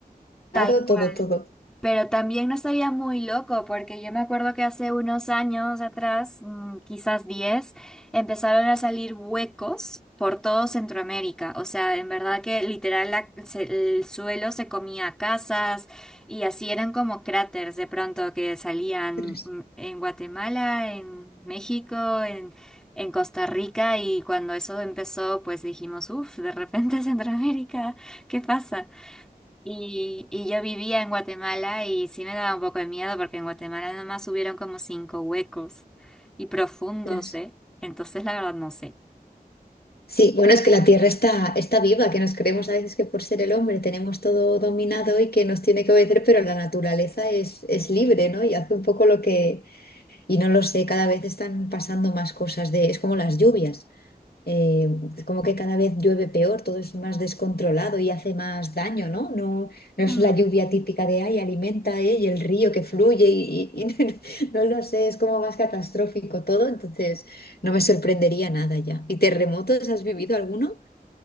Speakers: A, in the centre; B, on the left.
A: tal
B: manipulado,
A: cual.
B: todo, todo.
A: Pero también no estaría muy loco, porque yo me acuerdo que hace unos años atrás, mm, quizás 10, empezaron a salir huecos por todo Centroamérica. O sea, en verdad que literal la- se- el suelo se comía casas y así eran como cráteres de pronto que salían
B: Ostras,
A: mm, en Guatemala, en México, en, en Costa Rica. Y cuando eso empezó, pues dijimos, uff, de repente <laughs> Centroamérica, ¿qué pasa? Y, y yo vivía en Guatemala y sí me daba un poco de miedo porque en Guatemala nomás hubieron como cinco huecos y profundos,
B: ostras.
A: ¿eh? Entonces la verdad no sé.
B: Sí, bueno, es que la Tierra está, está viva, que nos creemos a veces que por ser el hombre tenemos todo dominado y que nos tiene que obedecer, pero la naturaleza es, es libre, ¿no? Y hace un poco lo que, y no lo sé, cada vez están pasando más cosas de, es como las lluvias. eh, como que cada vez llueve peor, todo es más descontrolado y hace más daño, ¿no? No, no es
A: Mm,
B: la lluvia típica de ay, alimenta, eh, y el río que fluye y, y- <laughs> no lo sé, es como más catastrófico todo, entonces no me sorprendería nada ya. ¿Y terremotos has vivido alguno?